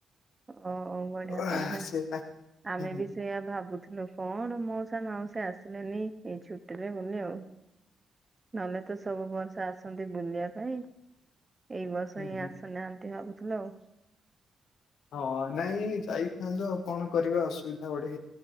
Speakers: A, on the right; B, on the left.
A: ଓ ବଢିଆ
B: ଆଃ,
A: ବଢିଆ
B: ସେ
A: ଆମେ
B: ହୁଁ
A: ବି ସେଇୟା ଭାବୁଥିଲୁ। କଣ ମଉସା ମାଉସି ଆସିଲେନି ଏଇ ଛୁଟି ରେ ବୋଲି ଆଉ। ନହେଲେ ତ ସବୁ ବର୍ଷା ଆସନ୍ତି ବୁଲିବା ପାଇଁ ଏଇ ବର୍ଷ
B: ହୁଁ
A: ହିଁ ଆସୁନାହାନ୍ତି ଭାବୁଥିଲୁ ଆଉ।
B: ହଁ ନାଇଁ ଯାଇଥାନ୍ତୁ ଆଉ କଣ କରିବା ଅସୁବିଧା ବଢେ।